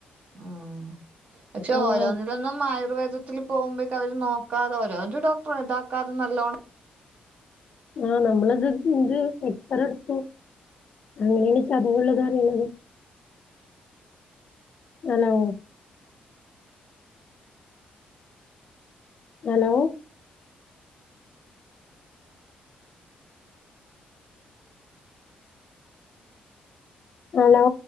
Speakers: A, on the right; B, on the left.
A: ഉം പക്ഷെ
B: അപ്പൊ
A: ഓരോന്നിലൊന്നും ആയുർവേദത്തിൽ പോകുമ്പോഴക്കും അവര് നോക്കാതെ വരും ഡോക്ടർ ഇതാക്കാതെ നല്ലോണ്ണം
B: ആഹ് നമ്മളത് ഇന്ത് എക്സറേ എടുത്തു അങ്ങനെയാണ് ചതവുള്ളതറിഞ്ഞത് ആണോ ഹലോ ഹലോ